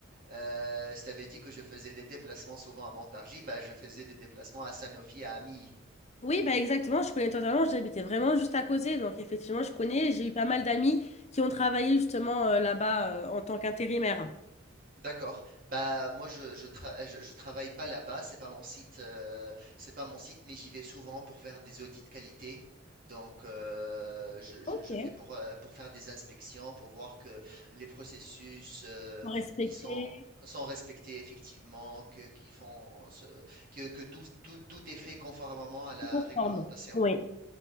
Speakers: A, on the right; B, on the left.
A: Euh, je t'avais dit que je faisais des déplacements souvent à Montargis, bah, je faisais des déplacements à Sanofi, à Ami.
B: Oui, bah exactement, je connais totalement, j'habitais vraiment juste à côté, donc effectivement, je connais, j'ai eu pas mal d'amis qui ont travaillé justement euh, là-bas euh, en tant qu'intérimaire.
A: D'accord. Bah moi je je, tra- euh, je je travaille pas là-bas, c'est pas mon site euh, c'est pas mon site, mais j'y vais souvent pour faire des audits qualité. Donc euh, je, je-
B: Ok.
A: je fais pour euh, pour faire des inspections, pour voir que les processus euh,
B: Pour respecter
A: qui sont sont respectés effectivement, que qui font ce- que, que tout, tout tout est fait conformément à la
B: conforme.
A: réglementation.
B: Oui.